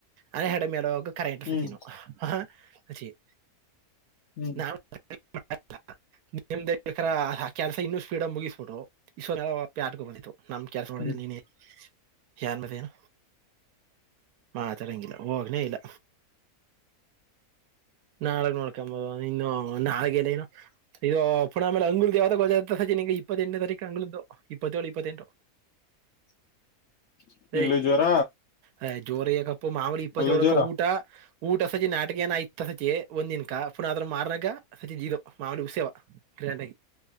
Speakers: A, on the right; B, on the left.
A: ಆ ಹಡೆ ಮೇಲ ಹೋಗ ಕರೆ ಇಟರು
B: ಹ್ಮ್
A: ಸಚೀನು ಹ ಸಚೀನ್
B: ಹ್ಮ್
A: ನಾ <unintelligible> ನಿಮ <unintelligible> ದೈ ಕೆಲಸ ಇನ್ನೂ ಸ್ಪೀಡ್ ಮುಗಿಸ್ಬಿಟ್ಟು್ <unintelligible> ಯಾಕ ಬು ನಮ ಕೆಲ್ಸ ನೋಡಿದು
B: ಹ್ಮ್
A: ನೀನೆ <unintelligible> ಯನ್ ಮತ್ತೇನು ಮಾತಾಡಂಗಿಲ್ಲ ಹೋಗ್ನೇ ಇಲ್ಲ ನಾಳಗ್ ನೋಡ್ಕೊಂಬೋದು ಇನ್ನು ನಾಳಗ ಏನೇನೋ. ಇದು ಪುಣ <unintelligible> ಆಲೆಂಳ ದೇವದಾಗ ಗೋ ಸಜೆಂ ಇಪ್ಪತ್ತೆಂನೇ ತಾರೀಕ ಅಂಗಗಳದು ಇಪ್ಪತ್ತೇಳು ಇಪ್ಪತ್ತೆಂಟು
B: <inaudible>
A: ರೆ
B: ಇಲ್ಲೂ ಜೋರ
A: ರ್ಹೈ ಜೋರಕಪ್ಪ ಮಾಮಲಿ ಇಪ್ಪತ್ತೆಳುಕ
B: ಅಲ್ಲೂ ಜೋರ
A: ಊಟಾ. ಊಟ ಸಜಿ ನಾಟಕಯನ ಆಯತ ಸಚಿ ಒಂದಿನಕ ಪುನ ಅದ್ರ ಮಾರ್ನಾಗ ಸಚಿದ ಇದ ಮಾಮಲಿ ಉಸ್ಯವ ಗ್ರ್ಯಾಂಡ